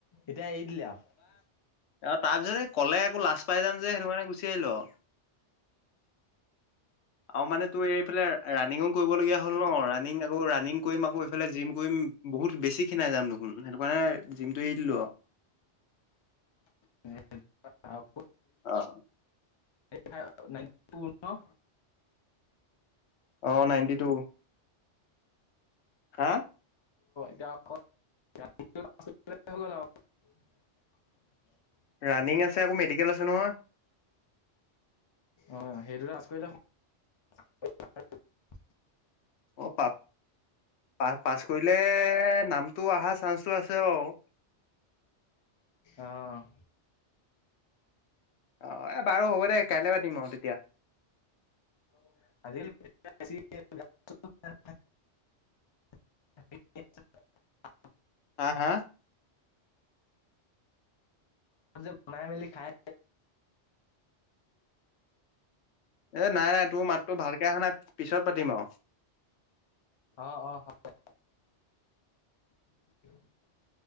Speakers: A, on the left; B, on the left.
A: এতিয়া এৰি দিলে আৰু।
B: অ তাত যদি কলে আকৌ লাজ পাই যাম যে সেইটো কাৰণে গুচি আহিলোঁ আও। অ মা তো এইফালে ৰানিঙো কৰিবলগীয়া হ'ল ন ৰানিং আকৌ ৰানিং কৰিম আকৌ সেইফালে জিম কৰিম বহুত বেছি খিনাই যাম দেখোন সেইটো কাৰণে জিমটো এৰি দিলোঁ আও। <unintelligible>
A: <unintelligible>
B: অহ।
A: এটিফ্ৰাইভ নাইটি টু ন।
B: অহ নাইটি টু। হা।
A: <unintelligible>
B: ৰাণিং আছে আকৌ মেডিকেল আছে নহয়।
A: অ সেইটো ৰাজ কৰিলে <unintelligible>
B: অ পাত পা পাছ কৰিলে নামটো অহাৰ চান্সটো আছে বা ওঁ <inaudible>
A: আহ'।
B: অ' এ বাৰু হ'ব দে কাইলে পাতিম আৰু তেতিয়া।
A: আ <unintelligible> <unintelligible>
B: হা হা
A: যে বনাই মেলি খাই
B: এ নাই, নাই তোৰ মাতটো ভালকে অহা নাই। পিছত পাতিম আৰু।
A: অ' অ'। <unintelligible> <inaudible>